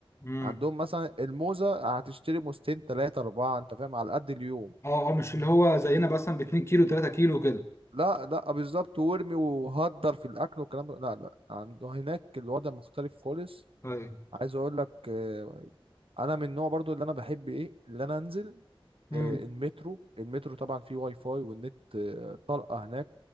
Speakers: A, on the left; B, on the right.
A: امم
B: عندهم مثلا الموزه هتشتري موزتين تلاتة اربعه انت فاهم على قد اليوم
A: اه اه مش اللي هو زينا مثلا ب 2 كيلو 3 كيلو كده
B: لا لا بالظبط وارمي وهدر في الاكل والكلام ده لا لا عنده هناك الوضع مختلف خالص
A: ايوه
B: عايز اقول لك آه، انا من النوع برضو اللي انا بحب ايه اللي انا انزل
A: امم
B: آه، المترو المترو طبعا فيه واي فاي والنت آه، طلقه هناك